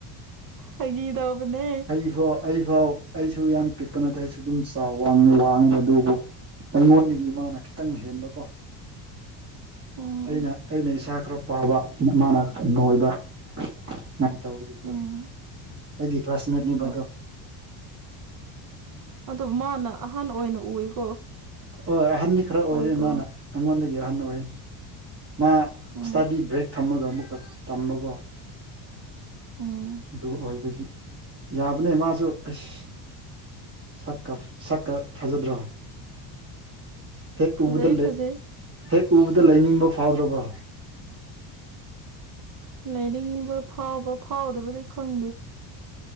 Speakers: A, on the right (about 45°); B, on the right (about 30°).
A: ꯐꯥꯒꯤ ꯇꯧꯕꯅꯦ
B: ꯑꯩꯐꯥꯎ ꯑꯩꯐꯥꯎ ꯑꯩꯁꯨ ꯌꯥꯝ ꯄꯤꯛꯄ ꯅꯠꯇꯦ ꯑꯩꯁꯨ ꯗꯨꯝ ꯆꯥꯎꯋꯥꯡ ꯋꯥꯡꯉꯤ ꯑꯗꯨꯕꯨ ꯑꯩꯉꯣꯟꯗꯒꯤ ꯃꯥꯅ ꯈꯤꯇꯪ ꯍꯦꯟꯕꯀꯣ
A: ꯎꯝ
B: ꯑꯩꯅ ꯑꯩꯅ ꯏꯁꯥ ꯈꯔ ꯄꯥꯕ ꯃꯥꯅ ꯈꯔ ꯅꯣꯏꯕ ꯃꯥꯏꯟ ꯇꯧꯕꯒꯤꯗꯣ
A: ꯎꯝ
B: ꯑꯩꯒꯤ ꯀ꯭ꯂꯥꯁꯃꯦꯠꯅꯤꯕꯗꯣ
A: ꯍꯣꯏ ꯑꯗꯣ ꯃꯥꯅ ꯑꯍꯟ ꯑꯣꯏꯅ ꯎꯏꯀꯣ
B: ꯍꯣꯏ ꯑꯍꯟꯗꯤ ꯈꯔ ꯑꯣꯏꯔꯦ
A: ꯑꯣꯏꯗ꯭ꯔꯣ
B: ꯃꯥꯅ ꯑꯩꯉꯣꯟꯗꯒꯤ ꯑꯍꯟ ꯑꯣꯏ ꯃꯥ
A: ꯎꯝ
B: ꯏꯁꯇꯥꯗꯤ ꯕ꯭ꯔꯦꯛ ꯊꯝꯃꯒ ꯑꯃꯨꯛꯀ ꯇꯝꯕꯀꯣ
A: ꯎꯝ
B: ꯗꯨ ꯑꯣꯏꯕꯒꯤ ꯌꯥꯕꯅꯦ ꯃꯥꯖꯨ ꯑꯁ ꯁꯛꯀ ꯁꯛꯀ ꯐꯥꯖꯗ꯭ꯔꯣ ꯍꯦꯛ
A: ꯐꯖꯩ
B: ꯎꯕꯗ
A: ꯐꯖꯩ
B: ꯂꯩ ꯍꯦꯛ ꯎꯕꯗ ꯂꯩꯅꯤꯡꯕ ꯐꯥꯎꯗ꯭ꯔꯕꯣ
A: ꯂꯩꯅꯤꯡꯕ ꯐꯥꯎꯕ ꯐꯥꯎꯗꯕꯗꯤ ꯈꯪꯗꯦ